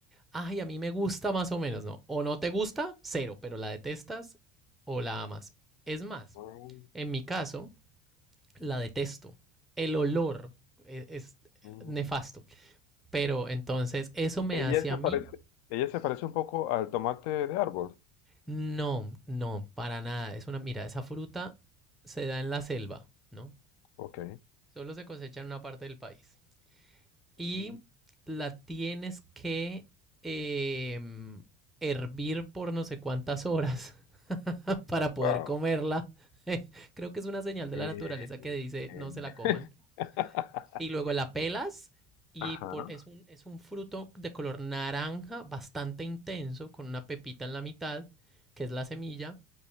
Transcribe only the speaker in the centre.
ay, a mí me gusta más o menos, no. O no te gusta, cero, pero la detestas o la amas. Es más,
en mi caso, la detesto. El olor es, es
nefasto. Pero entonces, eso me
hace
a mí.
No, no, para nada. Es una, mira, esa fruta se da en la selva, ¿no?
Solo se cosecha en una parte del país. y
la tienes que eh, hervir por no sé cuántas horas <laughs> para poder
comerla. <laughs> Creo que es una señal de
la naturaleza que dice
no se la coman.
Y luego la pelas y
por, es, un, es un fruto de color naranja bastante intenso con una pepita en la mitad, que es la semilla.